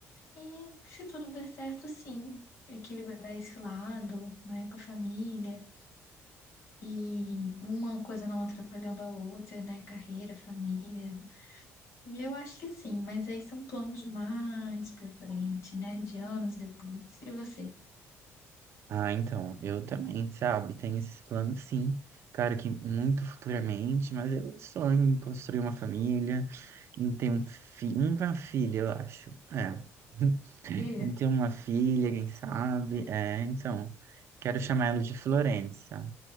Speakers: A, on the left; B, on the right.
A: E se tudo der certo, sim, equilibrar esse lado, né, com a família. E uma coisa não atrapalhando a outra, né? Carreira, família. Eu acho que sim, mas aí são planos mais pra frente, né? De anos depois. E você?
B: Ah, então, eu também, sabe? Tenho esses planos, sim. Claro que muito futuramente, mas eu sonho em construir uma família, em ter um fi uma filha, eu acho. É. <laughs>
A: Filha?
B: Em ter uma filha, quem sabe? É, então, quero chamar ela de Florença.